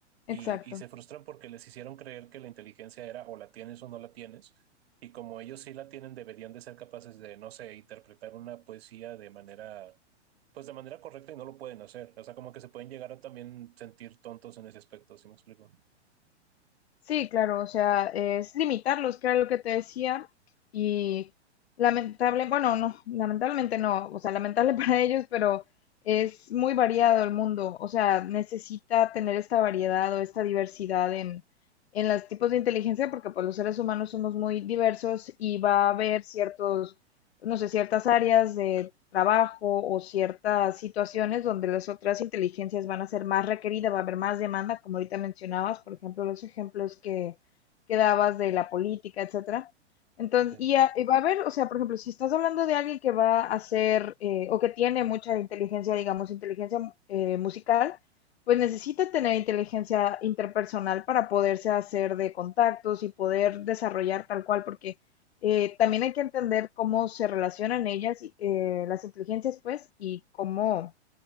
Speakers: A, on the right; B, on the left.
A: y,
B: Exacto.
A: y se frustran porque les hicieron creer que la inteligencia era o la tienes o no la tienes. Y como ellos sí la tienen, deberían de ser capaces de, no sé, interpretar una poesía de manera pues de manera correcta y no lo pueden hacer. O sea, como que se pueden llegar a también sentir tontos en ese aspecto, si me explico?
B: Sí, claro, o sea, es limitarlos, que era lo que te decía, y lamentable, bueno, no, lamentablemente no, o sea, lamentable <laughs> para ellos, pero es muy variado el mundo, o sea, necesita tener esta variedad o esta diversidad en, en los tipos de inteligencia, porque pues los seres humanos somos muy diversos y va a haber ciertos, no sé, ciertas áreas de trabajo o ciertas situaciones donde las otras inteligencias van a ser más requeridas, va a haber más demanda, como ahorita mencionabas, por ejemplo, los ejemplos que, que dabas de la política, etcétera. Entonces,
A: Sí.
B: y, a- y va a haber, o sea, por ejemplo, si estás hablando de alguien que va a hacer eh, o que tiene mucha inteligencia, digamos, inteligencia eh, musical, pues necesita tener inteligencia interpersonal para poderse hacer de contactos y poder desarrollar tal cual, porque eh, también hay que entender cómo se relacionan ellas, y, eh, las inteligencias, pues, y cómo